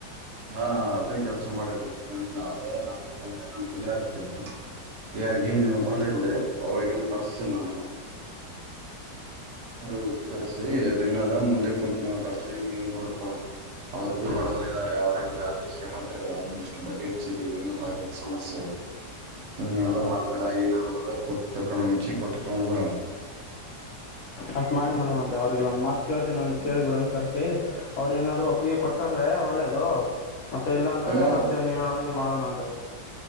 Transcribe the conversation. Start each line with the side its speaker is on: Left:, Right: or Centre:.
Right: ಹಾ ಅದೇ ಕೆಲ್ಸ ಮಾಡಿಬಂದ್ರ ನಾಳೆ ನಾ ತಂದ್ರೆ ನಾನು ಫರಿಯ ಆಗ್ತಿ ಯ ನೀವು ಬರಿ ಇಲ್ಲಿ ಅವಗನ್ ಕರ್ಸ್ತೀನಿ ನಾನು ಹ್ಮ <inaudible> ರು ಕರೆಸಿ ಅದೇನದ ಮುಂದೆ ಕುಂತು ಮಾತಾಡ್ಸಿ ಹಿಂಗಗೆ ನೋಡ ಅವ್ರು ಭಿ ಬಡವರ ಇದಾರೆ ಅವ್ರೇ ಜಾಸ್ತಿ ಶ್ರೀಮಂತತ್ರಿ ಇಲ್ಲ ನೀ ಎಷ್ಟು ಬಡ್ಡಿ ಹಚ್ಚಿದಿ ಏನ ಏನ್ ಸಮಸ್ಯೆ ಇ ನೀ ಎಲ್ಲ ಮಾಡಬೇಡ ಏನಾರ ಕೊಟ್ಟ ಕಣ ಮುಚ್ಚಿ ಕೊಟ್ಟತ ಕೂಡ
Left: ಅಷ್ಟ್ ಮಾಡಿ ಮುೆ ಮತ್ತೆ ಅವ್ರಿಗೆ ಒಂದ್ ಮಾತ್ ಕೇಳ್ತೀನ ಅಂತ ಕೇಳಿ ಬಿಡವನ್ ಕರ್ಸಿ ಅವರೇನಾದರೂ ಒಪ್ಪಿಗೆ ಕೊಟ್ಟರಂತೆ ಬಂದ್ರೆ ಒಳ್ಳೇದು ಮತ್ತೆ ಇಲ್ಲ ಅಂದ್ರ
Right: ಎಲ್ಲ
Left: ಮತ್ತೆ ನೀವು ಹೇಳದ ಮಾಡನಂತ